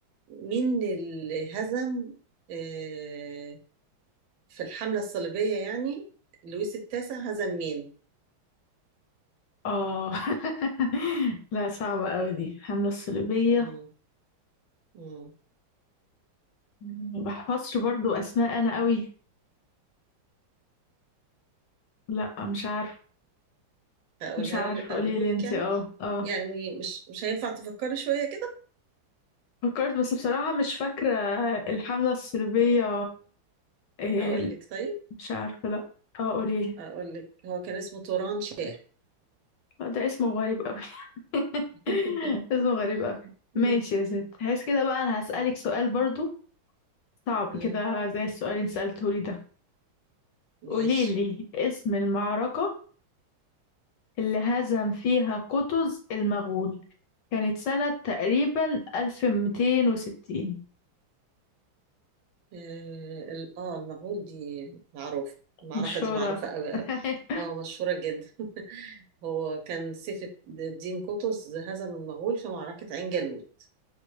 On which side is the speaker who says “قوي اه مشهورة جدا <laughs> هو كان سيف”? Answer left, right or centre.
Right